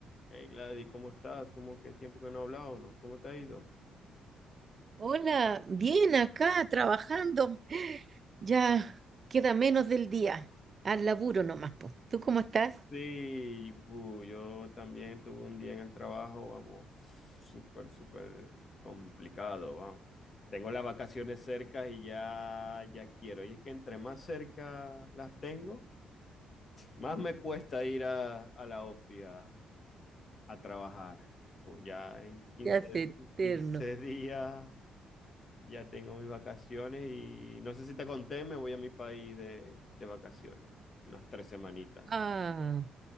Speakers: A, on the left; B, on the right.
A: Hey Gladys, ¿cómo estás? ¿Cómo qué tiempo que no hablamos? no? ¿Cómo te ha ido?
B: Hola, bien acá trabajando. Ya queda menos del día. Al laburo nomás, po. ¿Tú cómo estás?
A: Sí, bu, yo también tuve un día en el trabajo, vamos, súper, súper complicado, vamos. Tengo las vacaciones cerca y ya, ya quiero. Y es que entre más cerca las tengo, más me cuesta ir a, a la ofi a, a trabajar. Fu, Ya en 15,
B: Ya es eterno.
A: 15 días Ya tengo mis vacaciones y no sé si te conté, me voy a mi país de, de vacaciones, unas tres semanitas.
B: Ah,